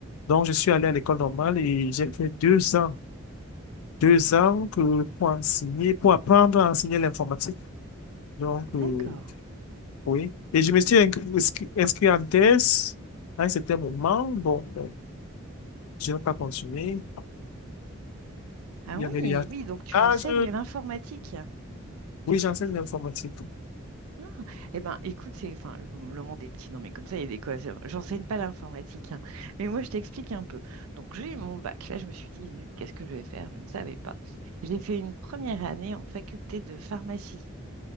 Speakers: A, on the left; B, on the right.
A: Donc, je suis allé à l'école normale et j'ai fait deux ans. Deux ans que, pour enseigner, pour apprendre à enseigner l'informatique. Donc,
B: D'accord.
A: euh, oui. Et je me suis inscrit, inscrit en thèse à un certain moment. Bon, ben, je n'ai pas continué.
B: Ah
A: Il
B: oui,
A: y avait des arbitrages.
B: oui, donc tu enseignes l'informatique.
A: Oui, j'enseigne l'informatique.
B: Ah, eh ben, écoute, c'est, enfin, le, le monde est petit, non, mais comme ça, il y a des quoi. c'est- J'enseigne pas l'informatique, hein. Mais moi, je t'explique un peu. Donc, j'ai eu mon bac. Là, je me suis dit, Zut, qu'est-ce que je vais faire? Je ne savais pas. J'ai fait une première année en faculté de pharmacie.